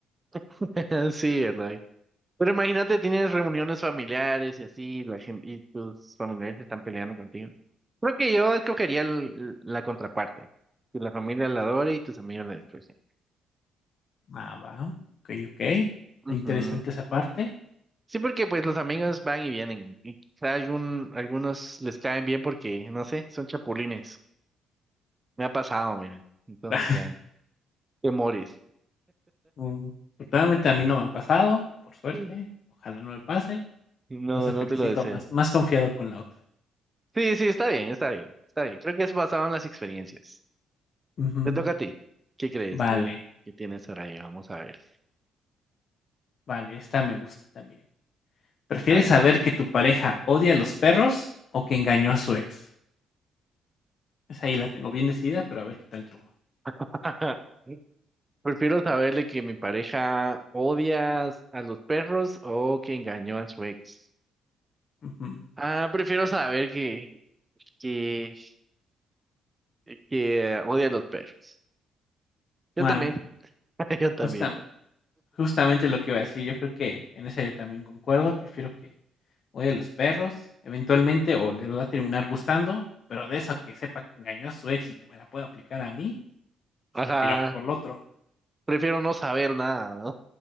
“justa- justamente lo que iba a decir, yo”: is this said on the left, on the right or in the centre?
Left